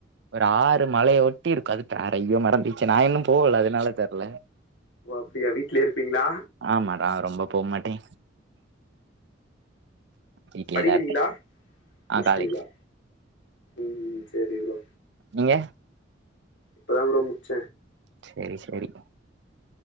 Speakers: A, on the right; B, on the left.
A: ஒரு ஆறு மலைய ஒட்டி இருக்கு அது பேற ஐயோ மறந்திருச்சு நா இன்னு போகல அதனால தெர்ல
B: ஓ அப்டியா வீட்ல இருப்பீங்ளா
A: ஆமா நா ரொம்ப போ மாட்டே வீட்லயே
B: படிக்கிறீங்ளா
A: தா இருப்பே
B: முடிச்சுட்டீங்ளா
A: ஆ காலேஜ்
B: ம் ம் செரி ப்ரோ
A: நீங்க
B: இப்பதான் ப்ரோ முச்ச
A: செரி செரி